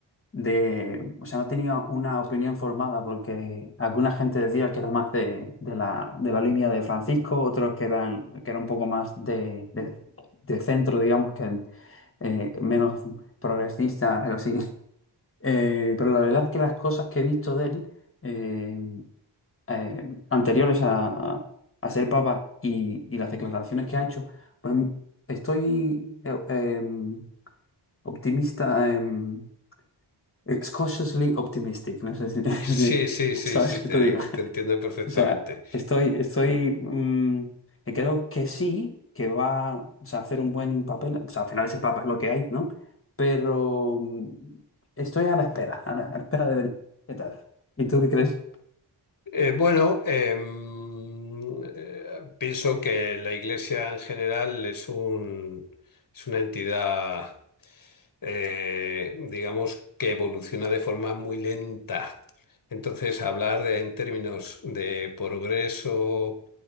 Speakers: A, on the left; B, on the left.
A: de- o sea, no tenía una opinión formada porque alguna gente decía que era más de, de la, de la línea de Francisco, otros que eran, que era un poco más de, de- de centro, digamos, que eh, menos progresista, algo así. Eh, pero la verdad es que las cosas que he visto de él eh, eh, anteriores a, a- a ser papa y, y las declaraciones que ha hecho, pues estoy eh, em, optimista, em, eh, cautiously optimistic, no sé si, <laughs>
B: Sí,
A: si-
B: sí, sí,
A: ¿sabes
B: sí,
A: qué
B: te,
A: te digo?
B: te entiendo perfectamente.
A: O sea, estoy, estoy, mm, que creo que sí, que va, o sea, a hacer un buen papel. O sea, al final ese papa es lo que hay, ¿no? Pero mm, estoy a la espera, a la, a la espera de ver qué tal. ¿Y tú qué crees?
B: Eh, bueno, em, eh, pienso que la Iglesia en general es un, es una entidad, eh, digamos, que evoluciona de forma muy lenta. Entonces, hablar de- en términos de progreso